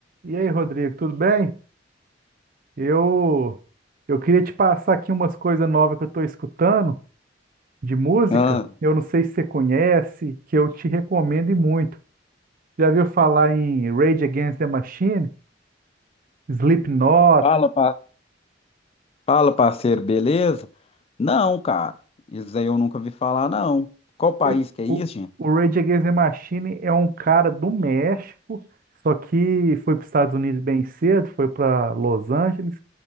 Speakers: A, on the right; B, on the left.
A: E aí, Rodrigo, tudo bem? Eu eu queria te passar aqui umas coisas novas que eu estou escutando de música.
B: Ah,
A: Eu não sei se você conhece, que eu te recomendo e muito. Já viu falar em Rage Against the Machine, Slipknot?
B: fala, pa- fala, parceiro, beleza? Não, cara, isso aí eu nunca vi falar, não. Qual país
A: Eu-
B: que é
A: o,
B: isso, gente?
A: o Rage Against the Machine é um cara do México, só que foi para os Estados Unidos bem cedo, foi para Los Angeles